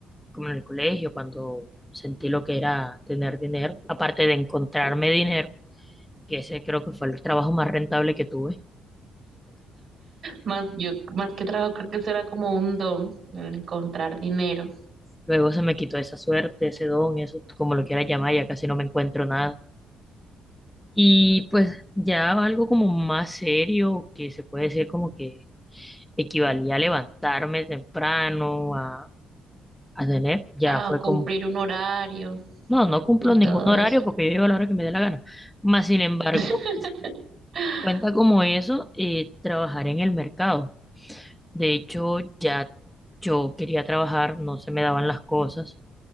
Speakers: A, in the centre; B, on the right.
A: como en el colegio, cuando sentí lo que era tener dinero, aparte de encontrarme
B: <laughs>
A: dinero que ese creo que fue el trabajo más rentable que tuve.
B: Más, yo, más que trabajo, creo que será como un don, el encontrar dinero,
A: Luego se me quitó esa suerte, ese don, eso, como lo quieras llamar, ya casi no me encuentro nada. Y pues ya algo como más serio, que se puede decir como que equivalía a levantarme temprano, a, a tener, ya
B: a
A: fue
B: cumplir
A: como,
B: un horario
A: no, no cumplo
B: y
A: ningún
B: todo
A: horario
B: eso.
A: porque yo llego a la hora que me dé la gana. Más sin embargo,
B: <laughs>
A: cuenta como eso, eh, trabajar en el mercado. De hecho, ya yo quería trabajar, no se me daban las cosas.